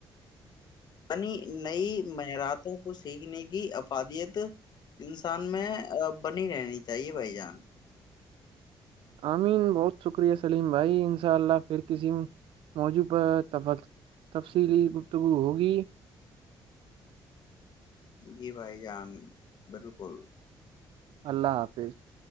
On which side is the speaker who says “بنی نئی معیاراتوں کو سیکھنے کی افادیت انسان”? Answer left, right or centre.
Left